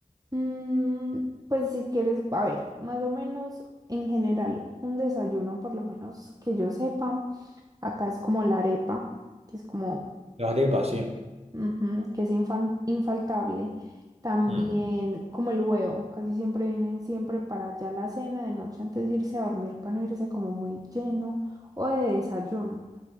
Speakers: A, on the right; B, on the right.
A: Mm, pues si quieres, a ver, más o menos en general, un desayuno, por lo menos que yo sepa, acá es como la arepa, que es como,
B: Las arepas, sí.
A: ujú, que es infan- infaltable. También
B: Mm.
A: como el huevo, casi siempre viene siempre para ya la cena de noche antes de irse a dormir, para no irse como muy lleno, o de desayuno,